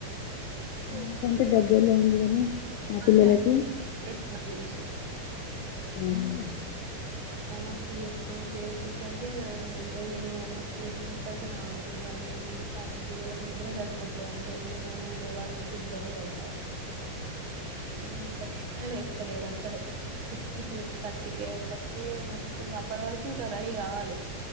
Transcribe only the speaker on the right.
టూ
ఇబ్బంది
అండి ఫుల్ నాకు తెలిసి
హోం వర్క్స్ చేసుకొని చేసేసరికి ఇంత తిని హోమ్ వర్క్స్ చేసుకునే సరికి నాలుగు గాదు ఏముంది పాపం పిల్లలకు నిద్ర జరిపోట్లేదు అంత ఎర్లీ మార్నింగ్ లేవాలంటే ఇబ్బంది పడతాండ్రు ఎంత లేప్నా లీస్తాలేర్ అసాలే సిక్స్ కు థార్ట్కె ఏ మస్త్ అప్పడి వరకు ఇంకా రెడీ గవలే